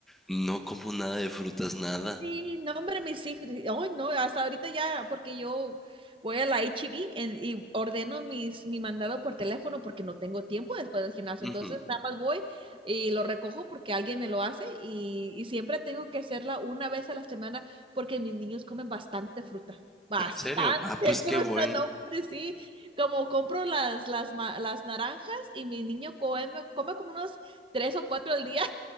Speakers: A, in the centre; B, on the right (about 30°).
A: no como nada de frutas, nada.
B: Sí, no, hombre, mis hijos, hoy no, hasta ahorita ya, porque yo voy a la H E HB y ordeno mis, mi mandado por teléfono porque no tengo tiempo después del gimnasio,
A: Ujú.
B: entonces nada más voy y lo recojo porque alguien me lo hace y, y siempre tengo que hacerla una vez a la semana porque mis niños comen bastante fruta, bastante
A: ¿En serio? Ah,
B: <laughs>
A: pues
B: fruta,
A: qué bueno.
B: no, hombre, sí, como compro las, las, ma- las naranjas y mi niño come, come como unos tres o cuatro al día.